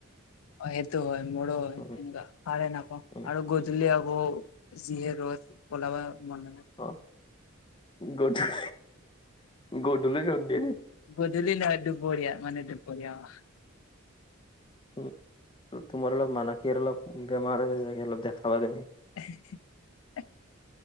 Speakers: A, on the left; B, on the left.
A: অ সেইটো হয় মোৰো হয়
B: উম
A: তেনেকোৱা সাৰে নাপাও
B: উম
A: আৰু গধূলি আকৌ যিহে ৰ'দ ওলাবা মন নাযায়।
B: অ, গধূলি গধূলি ৰ'দ দিয়ে নেকি?
A: গধূলি নহয় দুপৰীয়া মানে দুপৰীয়া অ
B: উম তোমাৰ অলপ মানসিক অলপ বেমাৰ হৈছে চাগে, অলপ দেখাবা তুমি।
A: এহে হে